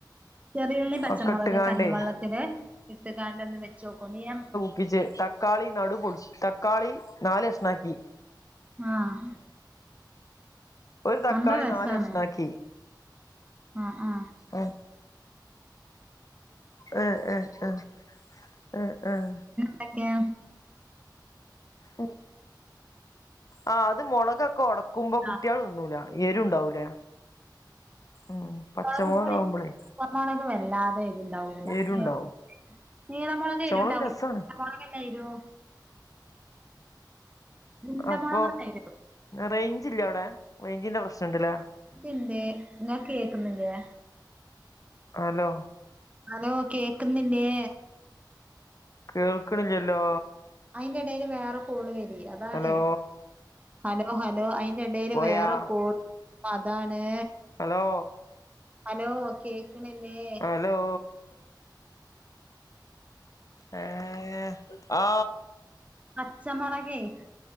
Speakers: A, on the right (about 15°); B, on the left (about 45°).
A: ചെറിയുള്ളി പച്ചമുളക്
B: ഒക്കെ ഇട്ടുകാണ്ടേ
A: കഞ്ഞിവെള്ളത്തില് ഇട്ട്ങ്ങാണ്ട് ഒന്ന് വെച്ചോക്കോണ്ടി ഞാൻ
B: പ്പിജ് തക്കാളി നടുപൊളിച്ച് തക്കാളി നാല്കഷണാക്കി.
A: ആഹ്
B: ഒരു തക്കാളി
A: അന്ന് രസാണ്
B: നാല് കഷ്ണാക്കി
A: ആ ആ
B: ആഹ് അ അഹ് ആഹ് ആഹ
A: ന്തൊക്ക്യ
B: ഉ ആ അത് മുളകൊക്കെ ഒടക്കുമ്പോ കുട്ടിയാള്
A: ആഹ്
B: തിന്നൂല. എരുണ്ടാവൂലേ ഉം പച്ചമുളക്
A: മൊളകുംമ്പൊടി
B: ആവുമ്പോളേ
A: മൊളക് വല്ലാതെ എരിണ്ടാവൂല <unintelligible>
B: എരുണ്ടാവും
A: നീളംമൊളക്
B: പച്ചമുളക്
A: എരിണ്ടാവൂല
B: രസാണ്
A: ഉണ്ടമുളകല്ലെ എരു ഉണ്ടമുളകാണ്
B: അപ്പൊ
A: എരു
B: റേഞ്ച് ഇല്ല അവിടെ റേഞ്ചിന്റെ പ്രശ്നണ്ട്ല്ലേ?
A: ത്ണ്ട് ങ്ങക്ക് കേക്കുന്നില്ലേ
B: അലോ
A: അലോ കേക്കുന്നില്ലേ?
B: കേൾക്ക്ണില്ലല്ലോ
A: അയിന്റെടേല് വേറെ കോള് വരി അതാണേ
B: ഹലോ
A: ഹലോ ഹലോ എടേല്
B: പോയാ
A: വേറെ കോള് അതാണ്.
B: ഹലോ
A: അലോ കേക്ക്ണില്ലേ?
B: ഹലോ ഏഹ് ആ
A: പച്ചമൊളകെയ്.